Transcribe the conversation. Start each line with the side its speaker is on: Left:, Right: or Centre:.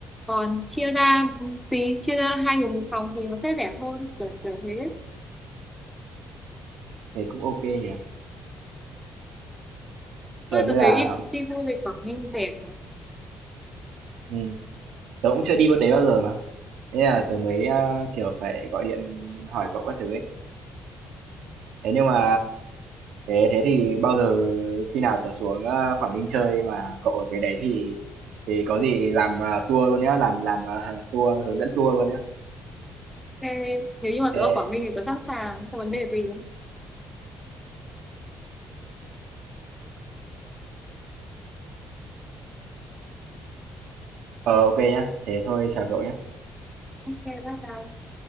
Centre: còn chia ra tí chia ra hai người một phòng thì nó sẽ rẻ hơn kiểu kiểu thế
Right: thế cũng ok nhỉ? Kiểu
Centre: Ôi,
Right: như
Centre: tớ
Right: là
Centre: thấy đi, đi du lịch Quảng Ninh rẻ mà.
Right: ừm, tớ cũng chưa đi bên đấy bao giờ mà. Thế là tớ mới ờ, kiểu phải gọi điện hỏi cậu các thứ ấy. Thế nhưng mà thế thế thì bao giờ khi nào tớ xuống ờ, Quảng Ninh chơi mà cậu ở dưới đấy thì thì có gì làm ờ, tour luôn nhá, làm làm ờ, <laughs> tour hướng dẫn tour luôn nhá.
Centre: Ok, nếu như mà
Right: Ok,
Centre: tớ ở Quảng Ninh thì tớ sẵn sàng, không vấn đề gì.
Right: ờ ok nhá. Thế thôi chào cậu nhá.
Centre: Ok, bye bye.